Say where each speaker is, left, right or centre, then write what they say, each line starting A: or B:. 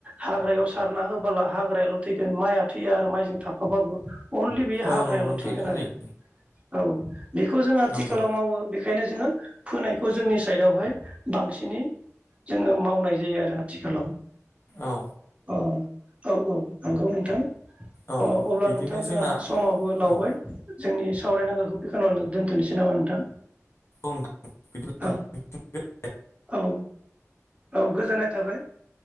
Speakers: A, on the right; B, on the left.
A: हाग्रायाव सारना होबाल हाग्राल थैगोन माइआ थैया आरो माइजों थाफाबाबो अल बे हाग्रायाल'
B: औ नंगौ नोंथां
A: थैगोन
B: थारैनो
A: आरो औ बेखौ जों आथिखालाव
B: नंगौ
A: मावो बेखायनो जोङो फोनायखौ जोंनि साइदआवहाय बांसिनै जोङो मावनाय जायो आरो आथिखालाव।
B: औ।
A: अ औ नंगौ नोंथां अ
B: औ
A: अब्ला
B: बिदिनो
A: नोंथाङा
B: जोंना
A: जोंहा समावबो लावबाय
B: औ
A: जोंनि सावरायनांगौखौ बेखिनियावनो दोनथ'नोसै नामा नोंथां।
B: औ बिदि। <unintelligible>
A: औ औ औ गोजोननाय थाबाय।